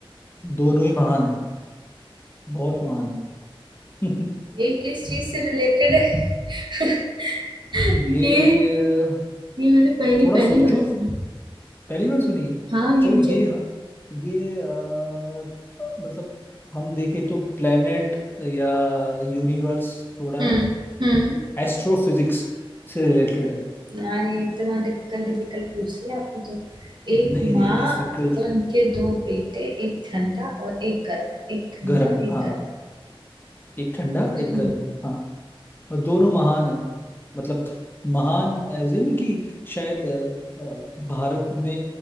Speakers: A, on the left (about 20°); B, on the right (about 55°).
A: दोनों ही महान है
B: है
A: बहुत महान है <laughs>
B: ये किस चीज से रिलेटेड है <laughs>
A: ये
B: ये ये मैंने पहली
A: थोड़ा
B: पहली
A: सोचो
B: बार सुनी
A: पहली बार सुनिए
B: हाँ ये
A: चलो
B: मुझे
A: ये हाँ ये अ, मतलब हम देखें तो प्लेनेट या यूनिवर्स थोड़ा
B: हम्म
A: ना
B: हम्म
A: एस्ट्रोफिजिक्स से रिलेटेड है
B: यार ये इतना डिफिकल्ट डिफिकल्ट पूछ लिया आपने तो एक
A: नहीं
B: माँ
A: नहीं डिफिकल्ट
B: उनके दो बेटे एक ठंडा और एक गर्म एक ठंडा
A: गर्म
B: एक
A: हाँ
B: गर्म
A: एक ठंडा
B: हम्म
A: एक गर्म हाँ और दोनों महान है मतलब महान एज इन की शायद अ, अ, भारत में